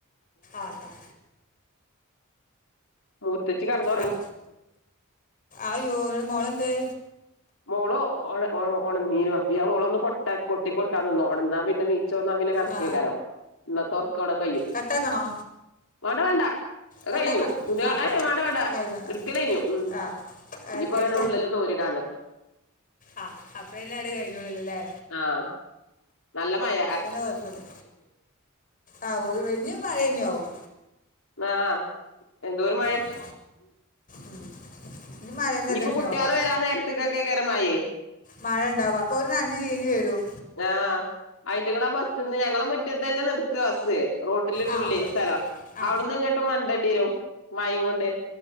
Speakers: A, on the left (about 40°); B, on the left (about 70°).
A: ആട്ടാ
B: മൂത്തച്ചി കെടന്നോ
A: അം അയ്യോ ഇന്നിട്ട് മോളന്തേ?
B: മോളോ ഒള് ഒള് ഒളാന്നിനു അപ്പോ ഞാൻ ഓളെ ഒന്ന് കൊട്ട കൊട്ടി കൊടുക്കാൻ നിന്നു ഉണന്നാ പിന്നെ ഉച്ചവുമ്പോ അങ്ങനെ കണക്കേക്കലോ
A: ആ
B: ഇന്നത്തെ ഒറക്കം അവിടെ കയ്യും
A: കട്ടാക്കണോ
B: വേണ്ട വേണ്ട അത്
A: കട്ടാക്കണോ
B: കഴിഞ്ഞു തുണിയ
A: ആ
B: ഏ
A: ആ
B: വേണ്ട വേണ്ടാ
A: കഴിഞ്ഞു
B: എടുക്കല്
A: ആ
B: കഴിഞ്ഞു ഉം
A: ആ അത്
B: ഇനിപ്പോ
A: കഴി
B: അങ്ങനെ ഉള്ളില് തോരിടാലോ
A: ആ അപ്പോ ഇന്നാട് കഴിഞ്ഞോളിലില്ലേ
B: ആഹ നല്ല മയ
A: ന്നെ കുഴപ്പില്ലേ ആഹ് ഓ ഇനി മഴന്നെ ആവും
B: ആഹ എന്തോരം മ
A: ഉം ഉം ഇനി മഴേന്റെ
B: ഇനിയിപ്പോ
A: ഇതന്നെ
B: കുട്ടികള്
A: ആവും
B: വരാൻ നേരത്തേക്കൊക്കെ കരമായേ
A: മഴ ഇണ്ടാവും അപ്പോ അവര് നനഞ്ഞ് ചീഞ്ഞ് വരും
B: ആഹാ ആയിറ്റ്ങ്ങളടെ ആ ബസ്സിന്ന് ഞങ്ങള മുറ്റത്തേന്നെ നിർത്ത ബസ്സ് റോഡില് ഇട്ടൂലെ
A: ആ അപ്പം
B: സ്ഥലം
A: ആ
B: അവടുന്ന് ഇങ്ങോട്ട് വണ്ടേണ്ടി വരും മഴേം കൊണ്ട്